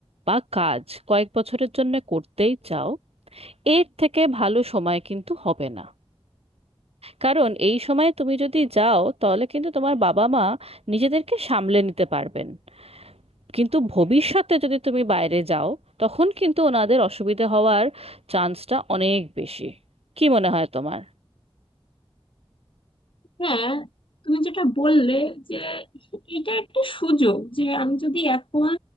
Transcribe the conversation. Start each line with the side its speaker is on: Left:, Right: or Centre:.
Right: বা কাজ কয়েক বছরের জন্য করতেই চাও এর থেকে ভালো সময় কিন্তু হবে না কারণ এই সময় তুমি যদি যাও তাহলে কিন্তু তোমার বাবা মা নিজেদেরকে সামলে নিতে পারবেন কিন্তু ভবিষ্যতে যদি তুমি বাইরে যাও তখন কিন্তু ওনাদের অসুবিধে হওয়ার চান্সটা অনেক বেশি কি মনে হয় তোমার
Left: হ্যাঁ তুমি যেটা বললে যে এটা একটা সুযোগ যে আমি যদি এখন